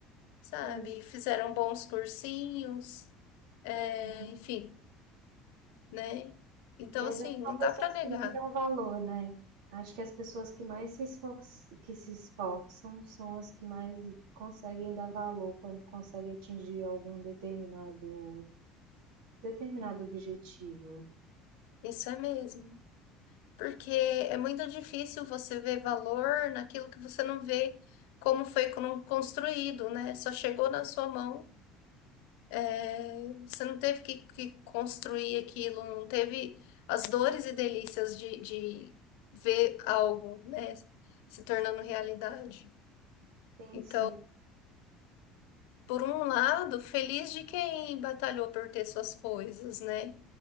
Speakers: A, on the left (about 80°); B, on the right (about 80°).
A: sabe?
B: pois.
A: Fizeram bons cursinhos, é,
B: Uhum.
A: enfim, né? Então,
B: E às
A: assim,
B: vezes são
A: não
B: pessoas
A: dá pra negar.
B: que nem dão valor, né. Acho que as pessoas que mais se esfor que se esforçam são as que mais conseguem dar valor quando conseguem atingir algum determinado determinado objetivo.
A: Isso é mesmo. Porque é muito difícil você ver valor naquilo que você não vê como foi con- construído, né? Só chegou na sua mão. É, você não teve que, que construir aquilo, não teve as dores e delícias de, de ver algo, né, se tornando
B: Sim,
A: realidade.
B: sim,
A: Então,
B: sim,
A: por um lado, feliz de quem batalhou por ter suas coisas, né?